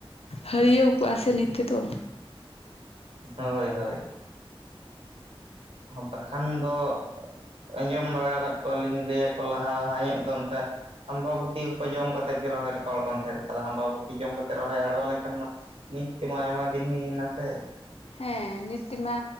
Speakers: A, on the left; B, on the right.
A: ᱦᱟᱹᱭᱟᱹᱣ ᱠᱚᱜᱼᱟ ᱥᱮ ᱱᱤᱛ ᱛᱮᱫᱚ᱾
B: ᱦᱳᱭᱻ ᱦᱳᱭᱻ᱾ ᱵᱟᱠᱷᱟᱱ ᱫᱚ ᱟᱸᱡᱚᱢ ᱵᱟᱲᱟ ᱠᱟᱫ ᱠᱚᱣᱟᱞᱤᱧ ᱞᱟᱹᱭᱟᱠᱚ ᱞᱟᱦᱟ ᱞᱟᱦᱟ ᱧᱚᱜ ᱫᱚ ᱚᱱᱠᱟ ᱟᱢᱵᱟᱵᱚᱹᱛᱤ ᱠᱚ ᱡᱚᱢ ᱠᱟᱛᱮᱜ ᱜᱮ ᱨᱚᱦᱚᱭ ᱨᱟᱠ ᱠᱟᱱ ᱛᱟᱦᱮᱸᱱᱟ ᱛᱟᱦᱚᱞᱮ ᱟᱢᱵᱟᱵᱟᱵᱚᱛᱤ ᱡᱚᱢ ᱠᱟᱛᱮᱫ ᱨᱚᱦᱚᱭ ᱟᱬᱜᱚ ᱞᱮᱱᱠᱷᱟᱱ ᱢᱟ ᱱᱤᱛ ᱛᱮᱢᱟ ᱟᱭᱢᱟ ᱫᱤᱱ ᱦᱩᱭ ᱱᱟᱥᱮ
A: ᱦᱮᱸ ᱱᱤᱛ ᱛᱮᱢᱟ